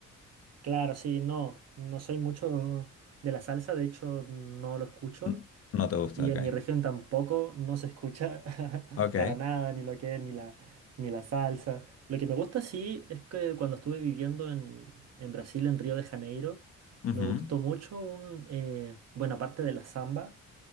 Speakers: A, on the right; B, on the left.
A: Claro, sí, no, no soy mucho de la salsa, de hecho no lo escucho.
B: N- No te gusta,
A: Y
B: ok.
A: en mi región tampoco no se escucha <laughs>
B: Ok,
A: para nada, ni lo que es, ni la, ni la salsa. Lo que me gusta sí es que cuando estuve viviendo en, en Brasil, en Río de Janeiro,
B: ujú,
A: me gustó mucho un, eh, bueno, aparte de la samba,